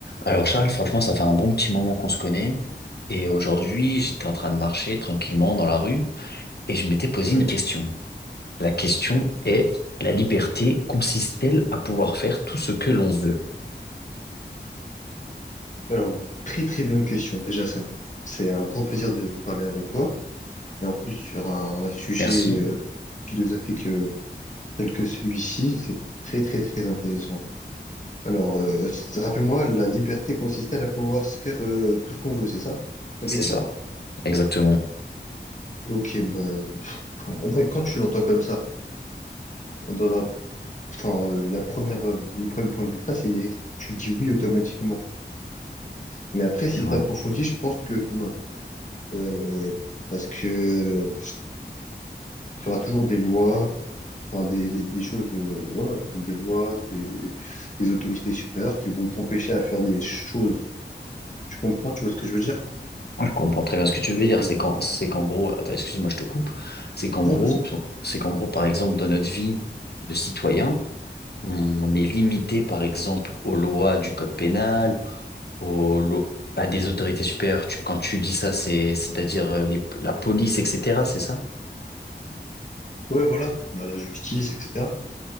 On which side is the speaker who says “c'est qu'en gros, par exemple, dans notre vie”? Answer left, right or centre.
Left